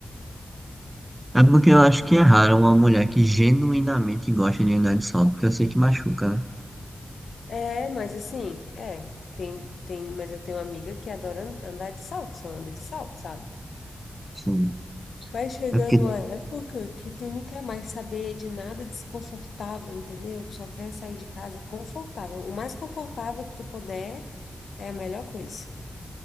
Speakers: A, on the right (about 20°); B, on the left (about 80°).
A: É porque eu acho que é raro uma mulher que genuinamente gosta de andar de sol, porque eu sei que machuca, né?
B: É, mas assim, é, tem, tem, mas eu tenho uma amiga que adora an- andar de salto, só anda de salto, sabe?
A: Sim.
B: Vai chegando
A: É porque... É
B: uma época que tu não quer mais saber de nada desconfortável, entendeu? Tu só quer sair de casa confortável. O mais confortável que tu puder é a melhor coisa. <laughs>